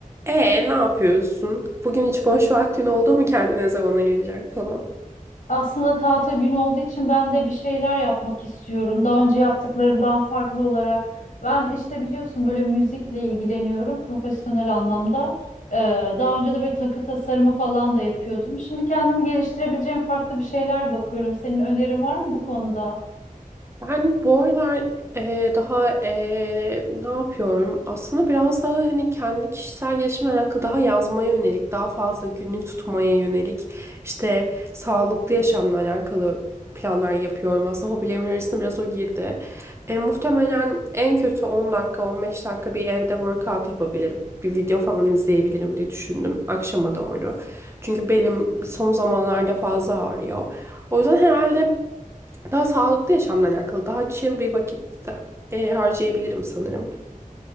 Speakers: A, on the right; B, on the left.
A: E ne yapıyorsun? Bugün hiç boş vaktin oldu mu kendine zaman ayıracak falan?
B: Aslında tatil günü olduğu için ben de bir şeyler yapmak istiyorum. Daha önce yaptıklarımdan farklı olarak. Ben işte biliyorsun böyle müzikle ilgileniyorum profesyonel anlamda. Ee, daha önce de böyle takı tasarımı falan da yapıyordum. Şimdi kendimi geliştirebileceğim farklı bir şeyler bakıyorum. Senin önerin var mı bu konuda?
A: Ben bu aralar eee, daha eee, ne yapıyorum? Aslında biraz daha hani kendi kişisel gelişimle alakalı daha yazmaya yönelik, daha fazla günlük tutmaya yönelik, işte sağlıklı yaşamla alakalı planlar yapıyorum. Aslında hobilerimin arasında biraz o girdi. E, muhtemelen en kötü 10 dakika, 15 dakika bir evde workout yapabilirim. Bir video falan izleyebilirim diye düşündüm akşama doğru. Çünkü belim son zamanlarda fazla ağrıyor. O yüzden herhalde daha sağlıklı yaşamla alakalı, daha chill bir vakit de, e, harcayabilirim sanırım.